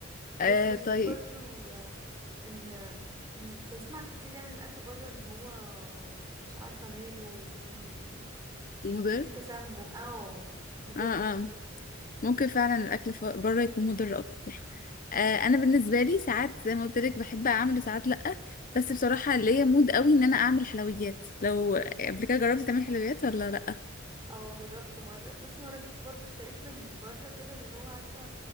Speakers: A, on the left; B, on the right.
A: أه
B: بس بشوف
A: طيب
B: برضو ان ان بسمع كتير يعني الاكل بره ان هو مش عارفه ماله وفي
A: مضر
B: في تسمم اه مضر
A: اه اه
B: والحاجات دي
A: ممكن فعلا الاكل ف- بره يكون مضر اكتر أه انا بالنسبه لي ساعات زي ما قلت لك بحب اعمل وساعات لا بس بصراحه ليا مود قوي ان انا اعمل حلويات لو قبل كده جربتي تعملي حلويات ولا لا
B: اه جربت مره بصي هو انا جبت برضو اشتريت من بره كده اللي هو عارفه